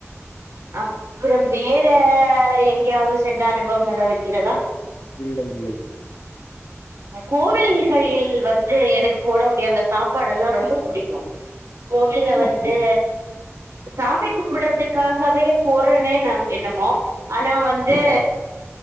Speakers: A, on the right; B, on the left.
A: அப்புறம் வேற எங்கயாவது சென்ற அனுபவம் ஏதாவது இருக்கிறதா
B: இல்லை இல்லை
A: கோவில்களில் வந்து எனக்கு போடக்கூடிய அந்த சாப்பாடெல்லா ரொம்ப புடிக்கும் கோவில்ல
B: ஆமா.
A: வந்து சாமி கும்பிட்றதுக்காகவே போறனே என்னமோ ஆனா வந்து
B: ஆ.